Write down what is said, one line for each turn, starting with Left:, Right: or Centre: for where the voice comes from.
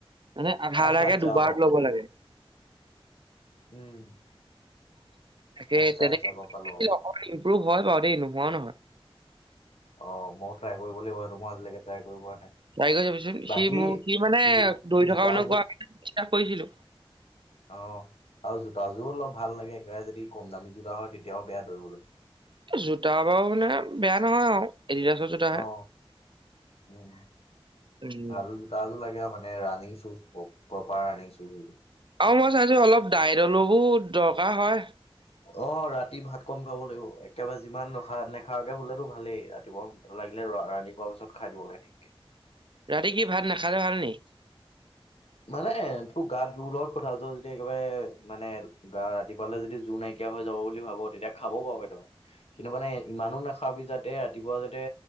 Right: মানে আধা
Left: আচ্ছা
Right: আধা কে
Left: আচ্ছা
Right: দুবাৰত
Left: অ
Right: ল'ব লাগে। <inaudible>
Left: উম
Right: তাকে
Left: আচ্ছা
Right: তেনেকে।
Left: আচ্ছা গম
Right: <unintelligible>
Left: পালো
Right: <unintelligible> হয় বাৰু দেই নোহোৱাও নহয়।
Left: অ মইও ট্ৰাই কৰিব লাগিব ইটো মইও আজিলৈকে ট্ৰাই কৰি পোৱা। নাই
Right: চাই গৈ যাবিচোন
Left: বাকী
Right: সি মোক সি মানে
Left: জো
Right: দৌৰি
Left: জোতাযোৰ
Right: থকা মানুহ কোৱা <unintelligible> কৰিছিলোঁ।
Left: অ আৰু জোতা। যোৰ অলপ ভাল লাগে একেবাৰে যদি কম দামি যোৰা হয় তেতিয়াও বেয়া দৌৰিবলৈ।
Right: জোতা বাৰু মানে বেয়া নহয় আৰু। এডিডাছৰ জোতাহে
Left: অ উম
Right: উম
Left: ভাল জোতা এযোৰ লাগে আৰু মানে। মানে running shoes proper running shoes.
Right: আৰু মই চাইছোঁ অলপ দাই দলবোৰ দৰকাৰ হয়।
Left: অ ৰাতি ভাত কম খাব লাগিব একেবাৰে যিমান নখা নোখোৱাকে শুলেটো ভালেই ৰাতিপুৱা লাগিলে। ৰা ৰানিং কোৰাৰ পিছত খাই দিব লাগে ঠিকচে।
Right: ৰাতি কি ভাত নাখালে ভাল নি।
Left: মানে তোৰ গাত জোৰ লগত কথা আছ যদি একেবাৰে মানে গা ৰাতিপুৱালে যদি জোৰ নাইকিয়া। নাইকিয়া হৈ যাব বুলি ভাব তেতিয়া খাব পাৰ <unintelligible> কিন্তু মানে ইমানো নাখাবি যাতে ৰাতিপুৱা যাতে।